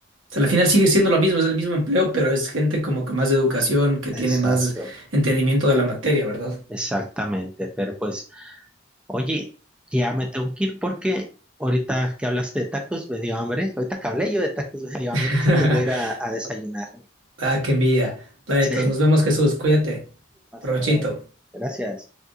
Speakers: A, on the right; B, in the centre.
A: o sea, al final sigue siendo lo mismo, es el mismo empleo, pero es gente como con más educación, que
B: Exacto.
A: tiene más entendimiento de la materia, ¿verdad?
B: exactamente, pero pues, oye, ya me tengo que ir porque ahorita que hablaste de tacos me dio hambre, ahorita que hablé yo de tacos me dio hambre,
A: <laughs>
B: así que voy a ir a, a desayunar. <laughs>
A: Ah, qué envidia. Planetas,
B: Sí.
A: nos vemos, Jesús, cuídate.
B: Hasta
A: Provechito.
B: luego. Gracias.